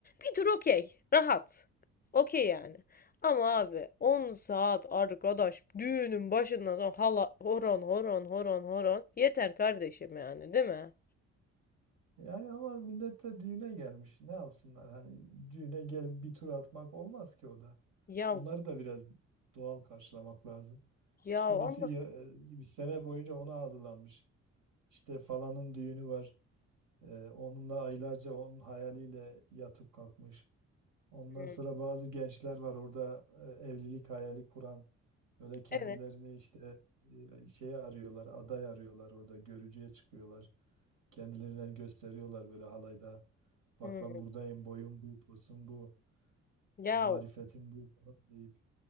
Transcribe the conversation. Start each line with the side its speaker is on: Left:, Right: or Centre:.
Left: Bir tur okey. Rahat. Okey yani. Ama abi 10 saat arkadaş düğünün başından sonra hala horon horon horon horon. Yeter kardeşim yani değil mi?
Right: Yani ama millet de düğüne gelmiş. Ne yapsınlar? Hani düğüne gelip bir tur atmak olmaz ki o da.
Left: Ya
Right: Onları da biraz doğal karşılamak lazım.
Left: ya
Right: Kimisi
Left: ama
Right: ya- e, bir sene boyunca ona hazırlanmış. İşte falanın düğünü var. E, onunla aylarca onun hayaliyle yatıp kalkmış. Ondan
Left: Hı,
Right: sonra bazı gençler var orada e, evlilik hayali kuran. Böyle kendilerini
Left: evet.
Right: işte e, şeye arıyorlar, aday arıyorlar orada. Görücüye çıkıyorlar. Kendilerini gösteriyorlar böyle halayda. Bak
Left: Hı.
Right: ben buradayım, boyum bu, posum bu,
Left: Ya
Right: marifetim bu falan deyip.